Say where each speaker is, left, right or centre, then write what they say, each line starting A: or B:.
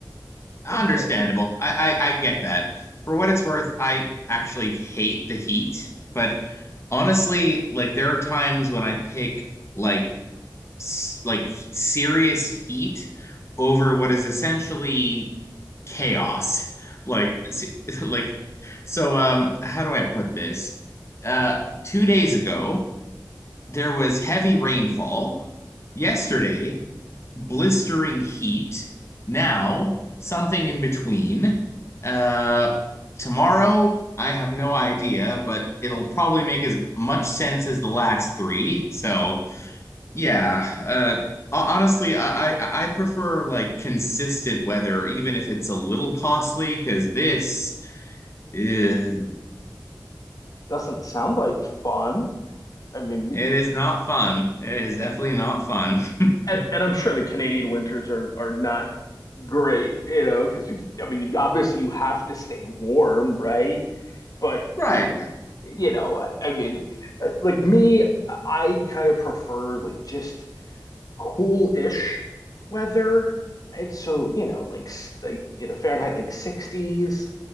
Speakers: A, on the left (about 35°); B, on the left (about 55°).
A: Understandable.
B: Oh.
A: I, I I get that. For what it's worth, I actually hate the heat, but honestly, like there are times when I pick like s- like serious heat over what is essentially chaos. Like s- <laughs> like so um how do I put this? Uh 2 days ago, there was heavy rainfall yesterday, blistering heat. Now, something in between. Uh, tomorrow, I have no idea, but it'll probably make as much sense as the last three. So, yeah. Uh, honestly, I, I I prefer like consistent weather, even if it's a little costly, because this ugh,
B: doesn't sound like fun. I mean, we
A: it is not fun. It is definitely not fun. <laughs>
B: and, and I'm sure the Canadian winters are are not great, you know, because you I mean, obviously you have to stay warm, right? But
A: Right, right.
B: you know, I mean, uh, like me, I kind of prefer like just cool-ish weather. And so, you know, like s- like you know, Fahrenheit like 60s,